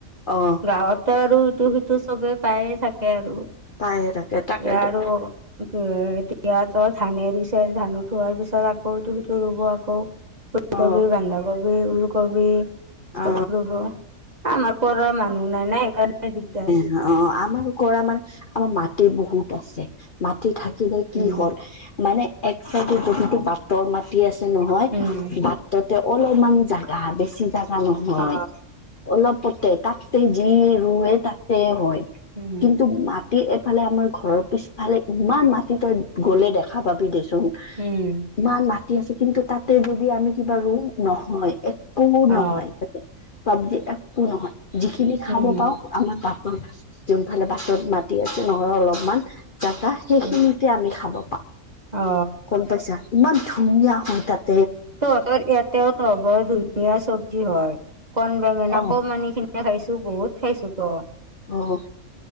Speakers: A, on the left; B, on the right.
A: অ
B: গাওঁতে আৰু ইটো-সিট টো চবে পায়ে থাকে আৰু
A: তাই তাকে তাকেতো
B: এ আৰু উ উ এ এ এতিয়াতো ধানে দিছে ধান উঠোৱাৰ পিছত আকৌ এইটো-সিটো। ৰু ৰুব আকৌ ফুলকবি,
A: অ
B: বন্ধাকবি, ওলকবি। চব
A: অ
B: ৰুব আমাৰ পাৰ মানুহ নাই নাই সেইকাৰণে দিগদাৰ।
A: হে অ অ অ আমাৰ কৰা মানে ইস্ আমাৰ মাটি বহুত আছে মাটি থাকিলে কি
B: উম
A: হ'ল এ এ আমানে এক চাইডে যদি তোৰ বাটৰ মাটি আছে নহয়
B: উম
A: বাটত। তেওঁৰ অলপমান জাগা বেছি জাগা নহয়
B: অ
A: অলপতে ততে যি ৰুৱে ততে হয়
B: উম
A: কিন্তু মাত এইফালে আমাৰ ঘৰৰ পিছফালে ইমান মাটি তই গলে দেখা পাবি দেছোন।
B: উম উ উ উ।
A: ইমান মাতি আছে কিন্তু তাতে যদি আমি কিবা ৰু নহয় একো ন
B: অ
A: তাতে চব্জি একো নহয় যিখিনি খাব
B: উম
A: পাওঁ আমাৰ বাটত যোনফালে বাটত মাত দি আছে নহয় অলপমান জাগা সেইখিনিতে
B: উম
A: আমি খাব পাওঁ
B: অ
A: গম পাইছা ইমান ধুনীয়া হয় তাত
B: তহঁতৰ ইয়াতেওতো হ'ব ধন ধুনিয়া চব্জি হয় কন বেঙেনা
A: অ
B: কম আনি কিনে খাইছো বহুত খাইছো ত।
A: অ অ অ